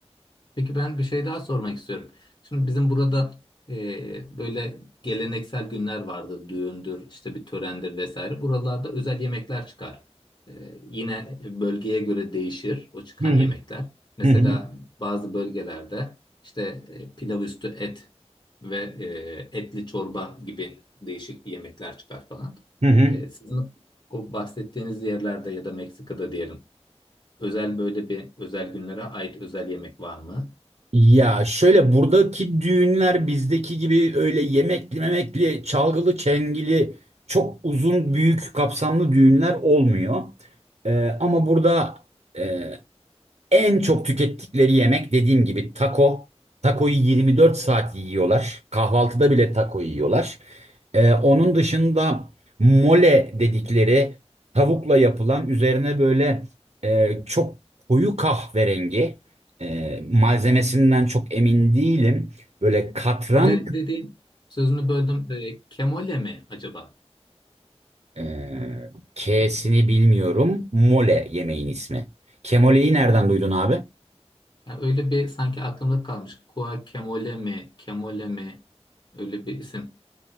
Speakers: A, on the left; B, on the right.
A: Peki ben bir şey daha sormak istiyorum. Şimdi bizim burada e, böyle geleneksel günler vardır. Düğündür, işte bir törendir vesaire. Buralarda özel yemekler çıkar. E, yine bölgeye göre değişir o çıkan
B: Hı hı.
A: yemekler. Mesela
B: Hı hı.
A: bazı bölgelerde işte e, pilav üstü et ve e, etli çorba gibi değişik yemekler çıkar falan.
B: Hı hı.
A: E, sizin o bahsettiğiniz yerlerde ya da Meksika'da diyelim özel böyle bir özel günlere ait özel yemek var mı?
B: Ya şöyle buradaki düğünler bizdeki gibi öyle yemekli memekli, çalgılı çengili çok uzun büyük kapsamlı düğünler olmuyor. Ee, ama burada e, en çok tükettikleri yemek dediğim gibi taco. Taco'yu 24 saat yiyorlar. Kahvaltıda bile taco yiyorlar. Ee, onun dışında mole dedikleri tavukla yapılan üzerine böyle e, çok koyu kahverengi e, malzemesinden çok emin değilim. Böyle katran
A: Mole dediğin sözünü böldüm. E, kemole mi acaba?
B: e, K'sini bilmiyorum. Mole yemeğin ismi. Kemole'yi nereden duydun abi?
A: Ya öyle bir sanki aklımda kalmış. Kua kemole mi? Kemole mi? Öyle bir isim.